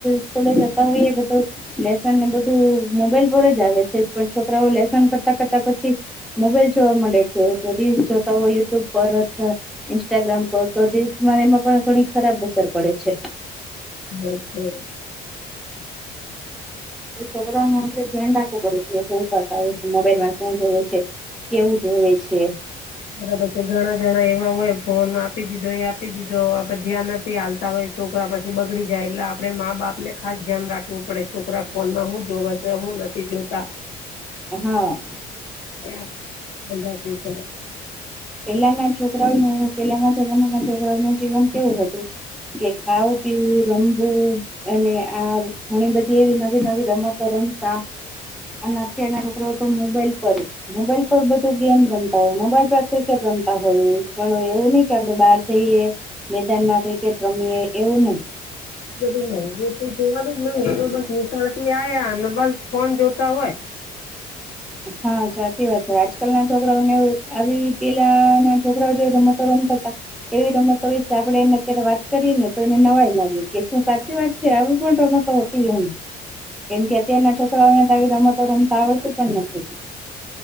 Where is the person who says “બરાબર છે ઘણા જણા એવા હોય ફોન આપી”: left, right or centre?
Left